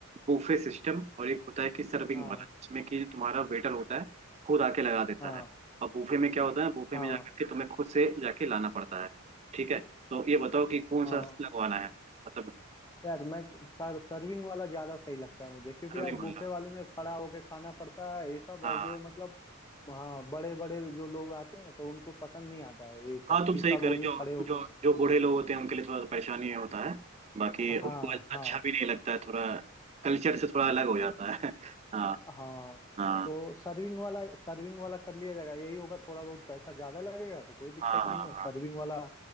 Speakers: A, on the right; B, on the left.
A: बुफे सिस्टम और एक होता है कि सर्विंग
B: हाँ
A: वाला जिसमें कि तुम्हारा वेटर होता है खुद आके लगा देता
B: हाँ
A: है और बुफे में क्या होता है बुफे
B: हाँ
A: में जाकर के तुम्हें खुद से जाके लाना पड़ता है ठीक है तो ये बताओ कि कौन
B: हाँ
A: सा लगवाना है मतलब
B: यार मैं सर सर्विंग वाला ज्यादा सही लगता है मुझे क्योंकि
A: सर्विंग
B: यार बुफे
A: वाला
B: वाले में खड़ा होके खाना पड़ता है ये सब
A: हाँ
B: और जो मतलब हाँ बड़े बड़े जो लोग आते हैं तो उनको पसंद नहीं आता है ये सब
A: हाँ तुम
B: कि
A: सही
B: सब
A: करो
B: वहीं
A: जो
B: खड़े होके
A: जो जो बूढ़े लोग होते हैं उनके लिए थोड़ा परेशानी होता है बाकी
B: हाँ
A: उनको
B: हाँ
A: अच्छा भी नहीं लगता है थोड़ा कल्चर से थोड़ा अलग हो जाता है <laughs> हाँ
B: हाँ
A: हाँ
B: तो सर्विंग वाला सर्विंग वाला कर लिया जाएगा यही होगा थोड़ा बहुत पैसा ज्यादा लगेगा तो कोई दिक्कत
A: हाँ हाँ
B: नहीं है सर्विंग वाला